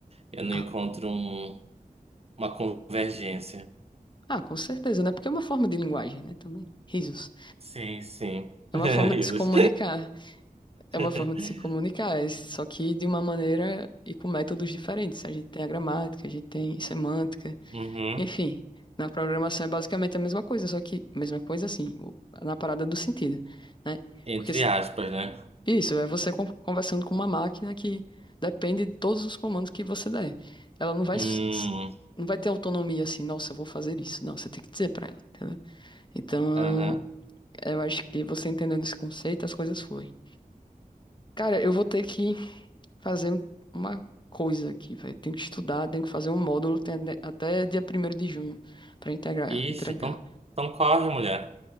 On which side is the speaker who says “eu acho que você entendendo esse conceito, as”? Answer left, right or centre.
Left